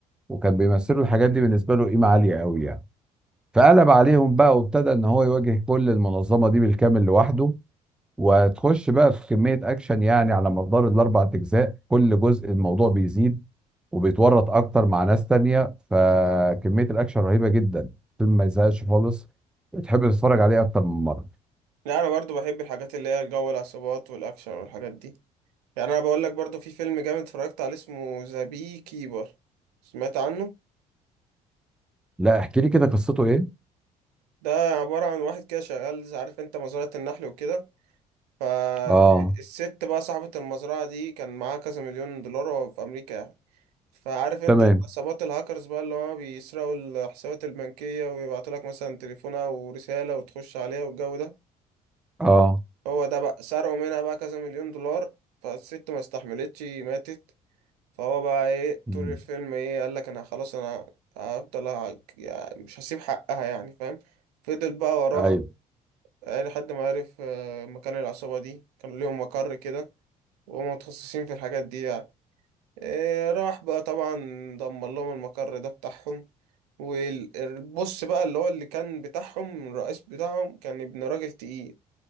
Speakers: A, in the centre; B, on the right.
A: وكان بيمثلوا الحاجات دي بالنسبة له قيمة عالية قوي يعني فقلب عليهم بقى وابتدى ان هو يواجه كل المنظمة دي بالكامل لوحده وتخش بقى في كمية أكشن يعني على مدار الأربع أجزاء كل جزء الموضوع بيزيد وبيتورط أكتر مع ناس تانية فكمية الأكشن رهيبة جدا فيلم ما يزهقش خالص وتحب تتفرج عليه أكتر من مرة
B: لا انا برضو بحب الحاجات اللي هي جو العصابات والاكشن والحاجات دي يعني انا بقول لك برضو في فيلم جامد اتفرجت عليه اسمه ذا بي كيبر سمعت عنه
A: لا احكي لي كده قصته إيه؟
B: ده عباره عن واحد كده شغال زي- عارف انت مزرعه النحل وكده فالست
A: آه
B: بقى صاحبه المزرعه دي كان معاها كذا مليون دولار في امريكا يعني فعارف انت
A: تمام
B: عصابات الهاكرز بقى اللي هما بيسرقوا الحسابات البنكية ويبعتوا لك مثلا تليفون او رسالة وتخش عليها والجو ده
A: آه
B: هو ده بقى سرقوا منها بقى كذا مليون دولار فالست ما استحملتش ماتت فهو بقى ايه
A: مم.
B: طول الفيلم ايه قال لك انا خلاص انا هفضل أع- يعني مش هسيب حقها يعني فاهم فضل بقى وراها
A: أيوه
B: إيه، لحد ما عرف آه، مكان العصابة دي كان ليهم مقر كده وهم متخصصين في الحاجات دي يعني آه، راح بقى طبعا دمر لهم المقر ده بتاعهم والبص بقى اللي هو اللي كان بتاعهم الرئيس بتاعهم كان ابن راجل تقيل